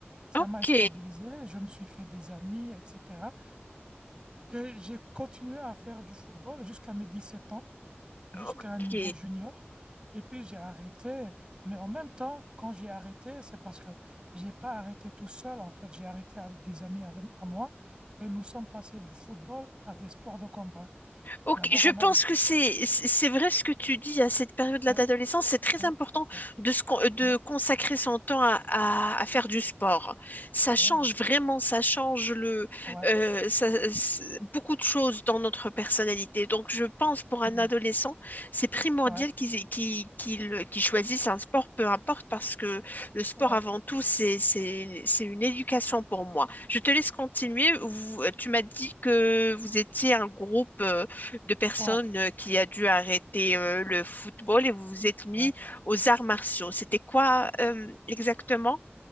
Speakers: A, on the right; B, on the left.
A: Ça
B: Ok.
A: m'a stabilisé, je me suis fait des amis, etc. Et j'ai continué à faire du football jusqu'à mes 17 ans jusqu'à
B: Ok,
A: un niveau junior. Et puis j'ai arrêté, mais en même temps, quand j'ai arrêté, c'est parce que j'ai pas arrêté tout seul, en fait, j'ai arrêté avec des amis avec- à moi et nous sommes passés du football à des sports de combat.
B: Ok,
A: D'abord,
B: je
A: on
B: pense
A: a été...
B: que c'est c'est c'est vrai ce que tu dis à cette période-là
A: Ouais,
B: d'adolescence. C'est très
A: ouais,
B: important
A: ouais,
B: de se con- de
A: ouais,
B: consacrer son temps à, à- à faire du sport. Ça
A: ouais,
B: change
A: ouais,
B: vraiment, ça change le
A: ouais,
B: euh, ça- c'est- beaucoup de choses dans notre personnalité. Donc je pense pour
A: mm,
B: un adolescent, c'est primordial
A: ouais,
B: qu'il qu'il qu'il qu'il choisisse un sport, peu importe, parce que le sport
A: ouais,
B: avant tout c'est c'est c'est une éducation pour moi. Je te laisse continuer. Vous- tu m'as dit que vous étiez un groupe. euh, de personnes
A: ouais,
B: euh, qui a dû arrêter euh, le football et vous vous êtes mis
A: ouais.
B: aux arts martiaux. C'était quoi euh, exactement?